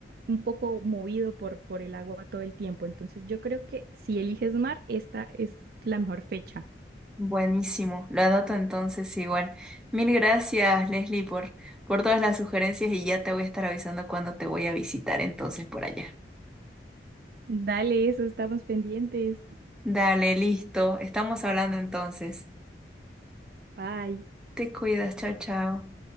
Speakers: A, on the right; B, in the centre.
A: un poco movido por, por el agua todo el tiempo. Entonces yo creo que si eliges mar, esta es la mejor fecha.
B: Buenísimo, lo anoto entonces igual. Mil gracias, Leslie, por, por todas las sugerencias y ya te voy a estar avisando cuando te voy a visitar entonces por allá.
A: Dale, eso, estamos pendientes.
B: Dale, listo, estamos hablando entonces.
A: Bye.
B: Te cuidas, chao, chao.